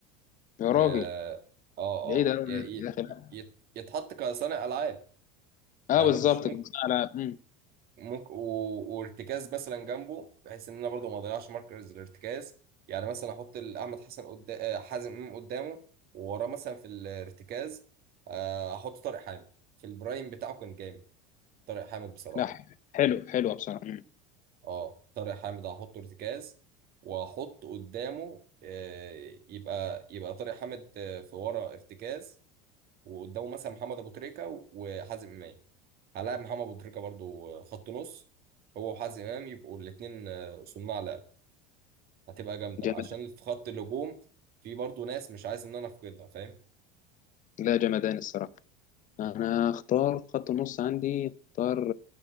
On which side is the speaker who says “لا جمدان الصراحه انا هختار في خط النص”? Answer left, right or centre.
Left